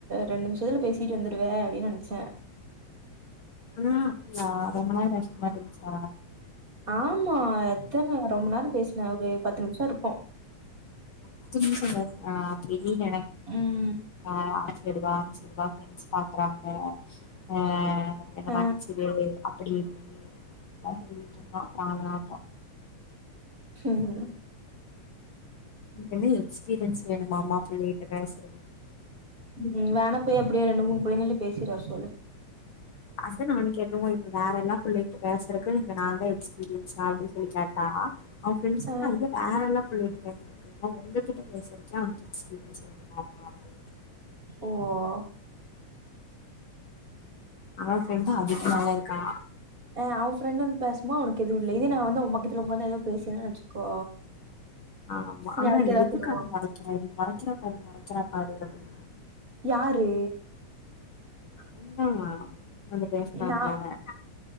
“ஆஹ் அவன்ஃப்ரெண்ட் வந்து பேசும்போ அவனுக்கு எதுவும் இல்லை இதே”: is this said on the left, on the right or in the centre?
Right